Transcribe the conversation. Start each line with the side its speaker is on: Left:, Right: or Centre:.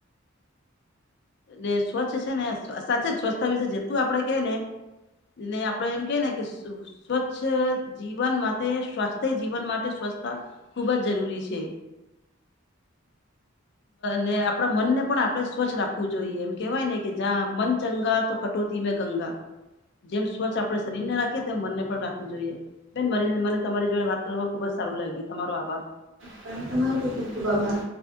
Left: ને સ્વચ્છ છે ને સાચે જ સ્વચ્છતા વિશે જેતું આપડે કે ને ને આપડે એમ કે ને કે સ્વચ્છ જીવન માટે સ્વા જીવન માટે સ્વચ્છતા ખુબ જ જરૂરી છે. ને આપણા મનને પણ આપણે સ્વચ્છ રાખું હુ જોઈ એમ કેહેવાય ને કે, જં મન ચંગા તો કટોતી મેં ગંગા. જેમ સ્વચ્છ આપણે શરીર ને રાખીએ, તેમ મનને પણ રાખવી જોઈએ. બેન, મારી મને તમારી જોડે વાત કરવામાં ખુબ જ સારું લાગ્યું. તમારો આભાર.
Right: પણ તમારે પર ખૂબ ખૂબ આભાર.